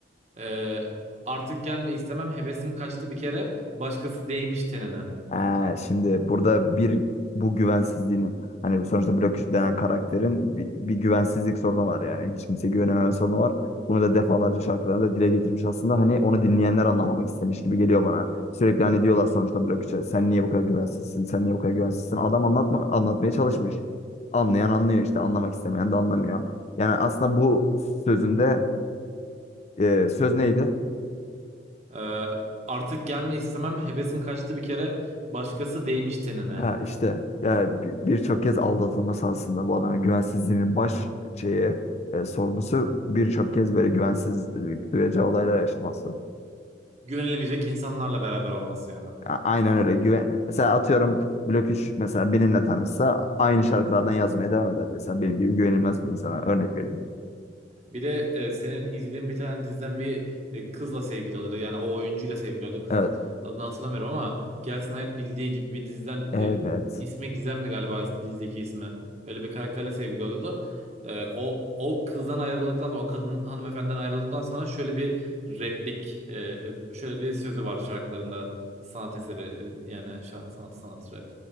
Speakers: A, on the right; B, on the left.
A: Ee, artık gelme istemem hevesim kaçtı bir kere. Başkası değmiş tenine.
B: Ha, şimdi burada bir bu güvensizliğin hani sonuçta Blockish denen karakterin bir, bir güvensizlik sorunu var yani. Hiç kimseye güvenememe sorunu var. Bunu da defalarca şarkılarında dile getirmiş aslında. Hani onu dinleyenler anlamamak istemiş gibi geliyor bana. Sürekli hani diyorlar sonuçta Blockage'e sen niye bu kadar güvensizsin? Sen niye bu kadar güvensizsin? Adam anlatma, anlatmaya çalışmış. Anlayan anlıyor işte anlamak istemeyen de anlamıyor. Yani aslında bu sözünde e, söz neydi?
A: Ee, artık gelme istemem hevesim kaçtı bir kere. Başkası değmiş tenine.
B: Ha işte ya bi- birçok kez aldatılması aslında bu adamın güvensizliğinin baş şeyi e, sorumlusu birçok kez böyle güvensizlik duyacağı olaylar yaşaması.
A: Güvenilemeyecek insanlarla beraber olması yani.
B: A- aynen öyle. Güven mesela atıyorum Blok 3 mesela benimle tanışsa aynı şarkılardan yazmaya devam eder mesela benim gibi güvenilmez bir insana örnek vereyim.
A: Bir de e, senin izlediğin bir tane diziden bir e, kızla sevgili oluyordu. Yani o oyuncuyla sevgili oluyordu. Kızın
B: Evet.
A: adını hatırlamıyorum ama Gelsin Hayat bildiği gibi bir diziden
B: Evet.
A: e, ismi Gizem'di galiba dizideki ismi. Öyle bir karakterle sevgili oluyordu. E, o o kızdan ayrıldıktan sonra o kadın hanımefendiden ayrıldıktan sonra şöyle bir replik e, e, şöyle bir sözü var şarkılarında sanat eseri e, yani şa- sanat sanat rap.